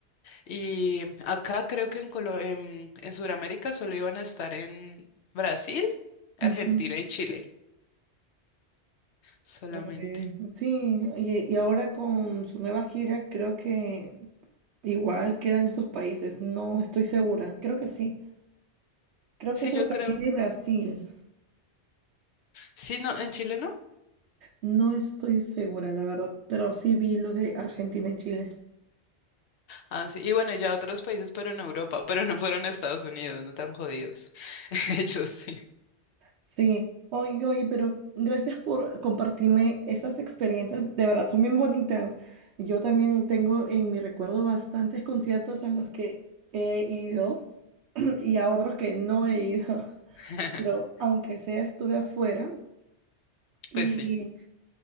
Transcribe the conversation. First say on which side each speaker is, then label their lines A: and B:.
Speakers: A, on the left; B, on the right.
A: Y acá creo que en, Colo- en, en Sudamérica solo iban a estar en Brasil, Argentina
B: Ujú.
A: y Chile, solamente.
B: Uy, sí, y, y ahora con su nueva gira creo que igual quedan esos países, no estoy segura, creo que sí, creo
A: Sí,
B: que es
A: yo
B: Argentina
A: creo.
B: y Brasil.
A: Sí, no, en Chile no.
B: No estoy segura, la verdad, pero sí vi lo de Argentina y Chile.
A: Ah, sí. Y bueno, ya otros países, pero en Europa, <laughs> pero no fueron a Estados Unidos, no tan jodidos. <laughs> Ellos sí.
B: Sí, oye, oye, pero gracias por compartirme esas experiencias, de verdad son bien bonitas. Yo también tengo en mi recuerdo bastantes conciertos a los que he ido <clears throat> y a otros que no he ido, <laughs>
A: <laughs>
B: pero aunque sea estuve afuera y
A: Pues sí,